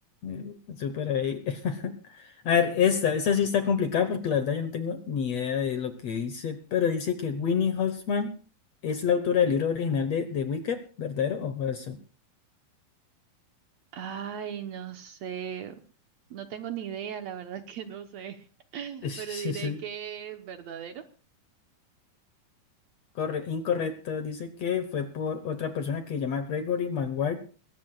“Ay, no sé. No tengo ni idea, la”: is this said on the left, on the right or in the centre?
Right